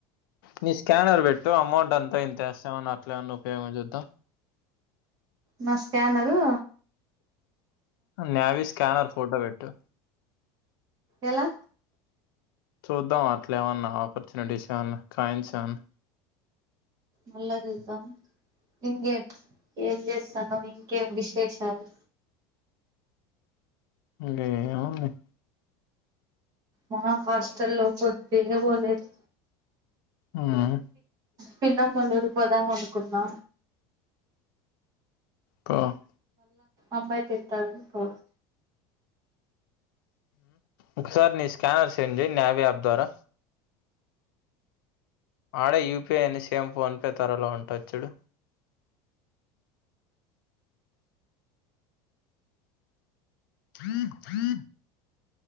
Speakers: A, on the left; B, on the right.
A: నీ స్కానర్ పెట్టు అమౌంట్ అంతా ఇంతో వేస్తామని అట్లే ఏమన్నన్నా ఉపయోగం చూద్దాం.
B: నా స్కానరు
A: నావి స్కానర్ ఫోటో పెట్టు
B: ఎలా
A: చూద్దా అట్లా ఏమన్నా ఆపర్చునిటీస్ ఏమన్నా, కాయిన్స్ ఏమన్నా
B: మళ్ళా చూద్దాం ఇంకేం ఏం చేస్తానావ్ ఇంకేం విశేషాలు
A: ఇంగా ఎమ్ ఉన్నాయి
B: మా హాస్టల్ లో పొద్దె బోలేదు
A: ఉహ్
B: పిన్నమ్మ వాళ్ల ఊరికి పోదాం అనుకున్నా
A: క
B: అబ్బాయి తిడతాన్నాడు పో
A: ఒకసారి నీ స్కానర్స్ సెండ్ చెయి నావీ యాప్ ద్వారా ఆడ యూపిఐ అని సేమ్ ఫ ఫోన్ పే త్వరలో ఉంటది చూడు త్రీ త్రీ